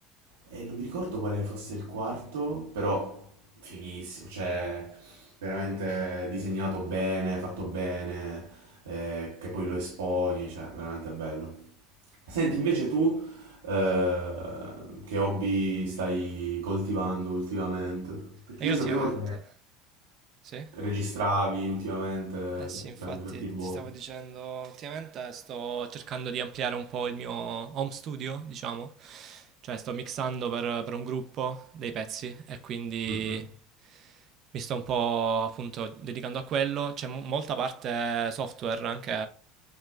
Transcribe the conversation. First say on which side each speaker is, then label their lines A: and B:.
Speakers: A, on the right (about 80°); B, on the right (about 50°).
A: e non mi ricordo quale fosse il quarto, però fighissimo, cioè veramente disegnato bene, fatto bene, eh, che poi lo esponi, cioè veramente bello. Senti, invece tu eh, che hobby stai coltivando ultimamente? Perché
B: E io
A: io
B: ultimamente...
A: sapevo che
B: Sì? Eh,
A: registravi ultimamente
B: eh sì, infatti
A: per i fatti
B: ti
A: tuoi.
B: stavo dicendo, ultimamente sto cercando di ampliare un po' il mio home studio, diciamo. Cioè sto mixando per, per un gruppo dei pezzi e quindi
A: Mhm.
B: mi sto un po' appunto dedicando a quello. C'è mo- molta parte software anche